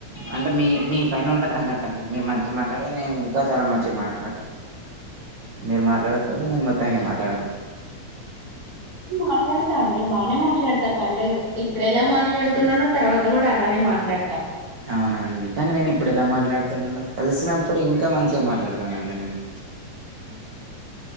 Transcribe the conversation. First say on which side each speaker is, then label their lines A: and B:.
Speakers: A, on the right; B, on the right.
A: అంటే మీ మీ పైన ఉంటది అన్నట్టుండి మీరు మంచి మాట్లాడ నేను ఇంకా చాలా మంచిగా మాట్లాడతాను మీరు మాట్లాడకపోతే నేను మొత్తానికి మాట్లాడలను
B: మాట్లాడతా అండి బానే మాట్లాడతా పర్లేదు ఇప్పుడు ఎలా మాట్లాడుతున్నానో తర్వాత కూడా అలానే మాట్లాడతా
A: అవునా అండి కానీ నేను ఇప్పుడు ఎలా మాట్లాడుతున్నాను కలిసినప్పుడు ఇంకా మంచిగా మాట్లాడతానండి నేను
B: ఉ